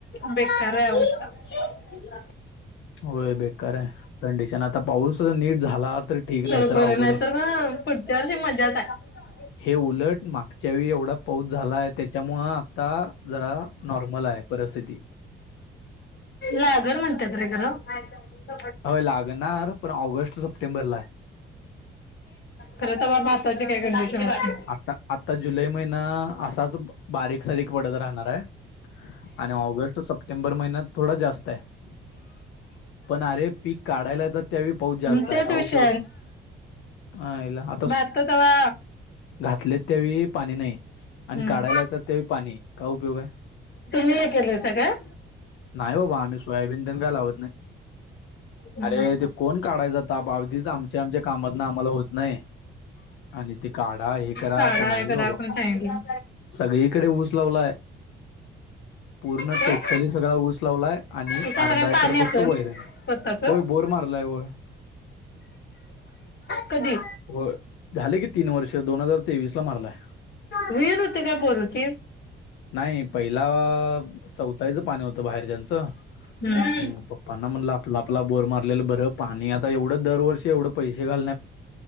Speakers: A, on the left; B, on the left.
A: बेकार हाय अवस्था.
B: होय बेकार हाय कंडिशन आता पाऊस नीट झाला ठीक नाही
A: तर बरं
B: अवघड
A: नाहीतर
B: आहे
A: म पुढच्या वर्षी मज्जाच हाय.
B: हे उलट मागच्यावेळी एवढा पाऊच झालाय त्याच्यामुंळ आता जरा नॉर्मल आहे परिस्थिती.
A: लागर म्हणतात रे गरं. <inaudible>
B: होय लागणार पण ऑगस्ट सप्टेंबरला
A: खरंता महत्वाची काय कंडिशन असते.
B: आता आता जुलै महिना असाच बारीकसारीक पडत राहणार आहे. आणि ऑगस्ट सप्टेंबर महिन्यात थोडा जास्त आहे. पण अरे पीक काढायला य तर त्यावेळी पाऊस जास्त
A: हम्म
B: आहे
A: तेच
B: का
A: विषय
B: उपयोग. आयला ह
A: बारक कवा
B: घातले त्यावेळी पाणी नाही.
A: हम्म.
B: आणि काढायला येतात ते पाणी का उपयोग आहे.
A: तुम्ही हे केलंयसा काय
B: नाही बाबा आम्ही सोयाबीन तेन काय लावत नाही.
A: हम्म.
B: अरे ते कोण काढायचं तप आधीच आमच्या आमच्या कामातन आम्हाला होत नाही. आणी ते. काढा हे करा
A: काढा
B: ते नाहीच
A: हे करा
B: बाबा
A: कोणी सांगितलं.
B: सगळीकडे ऊस लावलाय. पूर्ण
A: काय?
B: टोटली सगळा ऊस लावलाय आणि
A: उसाला
B: अर्धा
A: काय
B: एकर
A: पाणी
B: फक्त
A: असल
B: वैरन.
A: स्वतःच?
B: होय बोर मारलाय होय.
A: कधी.
B: हो झाले की तीन वर्ष दोन हजार तेवीस ला मारलाय
A: वीहिर होती का बोर होती.
B: नाही पहिला चौथाईचं पाणी होत बाहेरच्याचं.
A: हम्म
B: म पप्पांना म्हण आपला आपला बोर मारलेलं बरं पाणी आता एवढं दरवर्षी एवढं पैसे घाल